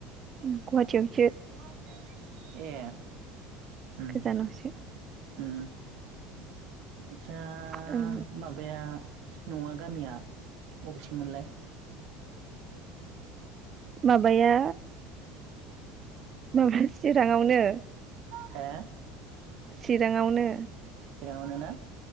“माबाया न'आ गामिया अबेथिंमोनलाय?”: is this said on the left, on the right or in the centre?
Right